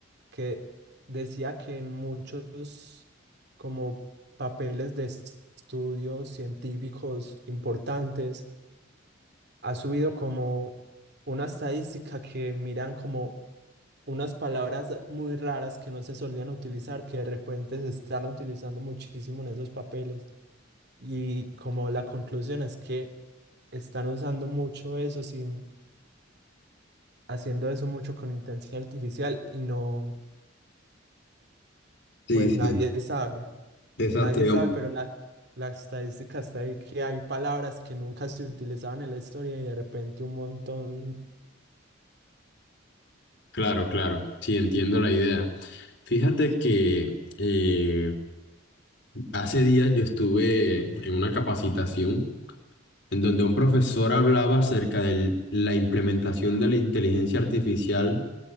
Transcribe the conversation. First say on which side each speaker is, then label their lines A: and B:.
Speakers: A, on the right; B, on the left.
A: que decía que en muchos como papeles de estudios científicos importantes ha subido como una estadística que miran como unas palabras muy raras que no se solían utilizar, que de repente se están utilizando muchísimo en esos papeles. Y como la conclusión es que están usando mucho eso sin, haciendo eso mucho con intensidad artificial y no,
B: Sí,
A: pues
B: sí,
A: nadie sabe,
B: Exacto,
A: nadie
B: digamos.
A: sabe, pero la, la estadística está ahí que hay palabras que nunca se utilizaban en la historia y de repente un montón,
B: Claro, claro, sí entiendo la idea. Fíjate
A: sí,
B: que eh, Hace días yo estuve en una capacitación en donde un profesor hablaba acerca de la implementación de la inteligencia artificial